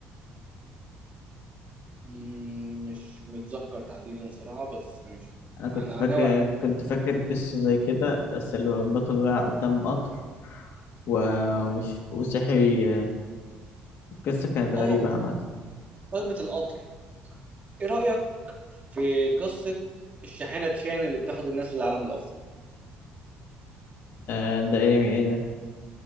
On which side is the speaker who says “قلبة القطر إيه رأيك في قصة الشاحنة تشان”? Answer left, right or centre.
Right